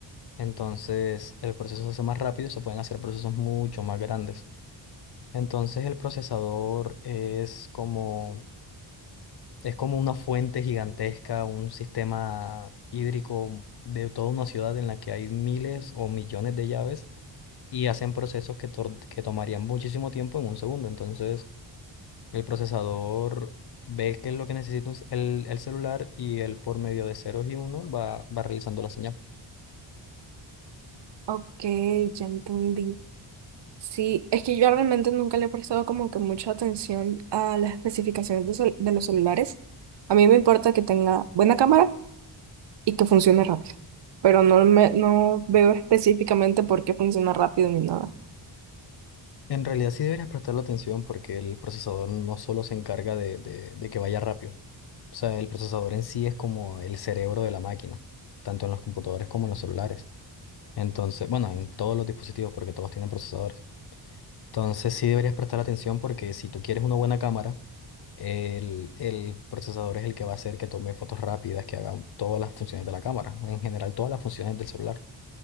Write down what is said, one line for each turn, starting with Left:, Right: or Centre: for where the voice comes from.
Left: entonces el proceso se hace más rápido, se pueden hacer procesos mucho más grandes. Entonces, el procesador es como es como una fuente gigantesca, un sistema hídrico de toda una ciudad en la que hay miles o millones de llaves y hacen procesos que, tor- que tomarían muchísimo tiempo en un segundo. Entonces, el procesador ve que es lo que necesita un s- el, el celular y él por medio de ceros y uno va, va realizando la señal.
Right: Ok, ya entendí. Sí, es que yo realmente nunca le he prestado como que mucha atención a las especificaciones de, cel- de los celulares. A mí me importa que tenga buena cámara y que funcione rápido. Pero no me, no veo específicamente por qué funciona rápido ni nada.
Left: En realidad sí deberías prestarle atención porque el procesador no solo se encarga de, de de que vaya rápido. O sea, el procesador en sí es como el cerebro de la máquina, tanto en los computadores como en los celulares. Entonces, bueno, en todos los dispositivos, porque todos tienen procesadores. Entonces sí deberías prestar atención porque si tú quieres una buena cámara, el, el procesador es el que va a hacer que tome fotos rápidas, que haga todas las funciones de la cámara, en general todas las funciones del celular.